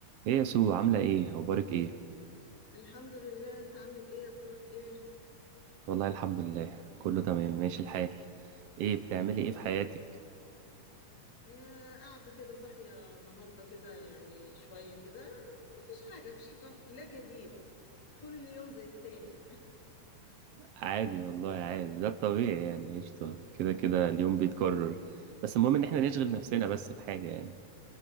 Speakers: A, on the right (about 85°); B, on the left (about 30°).
A: ايه يا سو عاملة ايه اخبارك ايه
B: الحمد لله انت عامل ايه اخبارك ايه
A: والله الحمد لله كله تمام ماشي الحال ايه بتعملي
B: الحمد لله
A: ايه في حياتك
B: إيه قاعده كده صاحيه النهارده كده يعني شويه كده آه، مفيش حاجه مفيش حاجه لا جديد كل يوم زي التاني
A: عادي والله عادي ده الطبيعي يعني قشطة كده كده اليوم بيتكرر بس المهم ان احنا نشغل
B: <laughs> ايوه
A: نفسنا بس بحاجة يعني